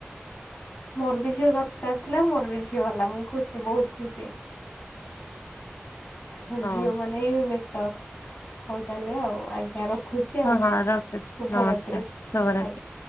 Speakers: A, on the left; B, on the left.
A: ମୋର ବି ଝିଅ ଦରକାର ଥିଲା ମୋର ବି ଝିଅ ହେଲା ମୁଁ ଖୁସି ବହୁତ୍ ଖୁସି। <inaudible> ହୁଁ
B: ହଁ।
A: ଝିଅ ମାନେ ନେ ହିଁ ବେଟର ହଉ ତାହେଲେ ଆଉ ଆଜ୍ଞା ରଖ୍- ଖୁଛି
B: ହଁ
A: ଆଉ
B: ହଁ
A: ଶୁଭରାତ୍ରି
B: ରଖୁଛି ନମସ୍କାର ଶୁଭରାତ୍ରି।
A: ଆଜ୍ଞା।